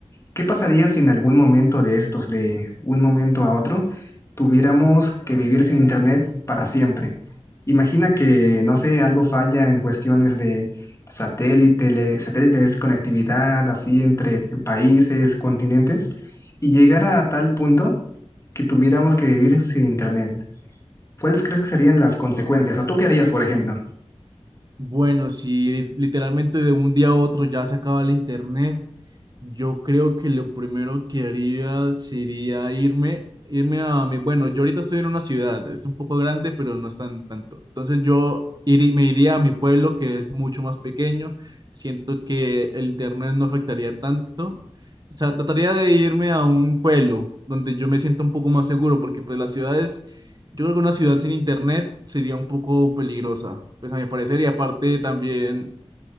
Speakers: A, on the left (about 30°); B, on the right (about 40°).
A: ¿Qué pasaría si en algún momento de estos, de un momento a otro, tuviéramos que vivir sin internet para siempre? Imagina que, no sé, algo falla en cuestiones de satélite, le- satélites, conectividad, así entre países, continentes, y llegara a tal punto que tuviéramos que vivir sin internet. ¿Cuáles crees que serían las consecuencias? ¿O tú qué harías, por ejemplo?
B: Bueno, si literalmente de un día a otro ya se acaba el internet, Yo creo que lo primero que haría sería irme, irme a mi, bueno, yo ahorita estoy en una ciudad, es un poco grande, pero no es tan tanto. Entonces yo irí- me iría a mi pueblo, que es mucho más pequeño. Siento que el internet no afectaría tanto. O sea, trataría de irme a un pueblo donde yo me sienta un poco más seguro, porque pues las ciudades, yo creo que una ciudad sin internet sería un poco peligrosa, pues a mi parecer, y aparte también